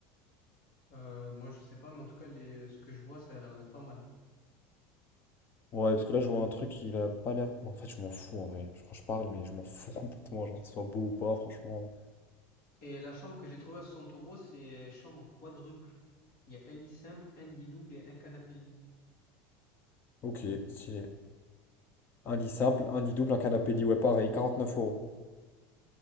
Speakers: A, on the left (about 60°); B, on the left (about 35°).
A: euh, moi, je sais pas, mais en tout cas, les... ce que je vois, ça a l'air d'être pas mal.
B: Ouais, parce que là, je vois un truc, il a pas l'air. En fait, je m'en fous en vrai. Je crois que je parle, mais je m'en fous <laughs> complètement. Genre, que ce soit beau ou pas, franchement.
A: Et la chambre que j'ai trouvée à 60 euros, c'est euh, chambre quadruple. Il y a un lit simple, un lit double et un canapé lit.
B: Ok, stylé. Un lit simple, un lit double, un canapé lit, ouais, pareil, Quarante-neuf euros.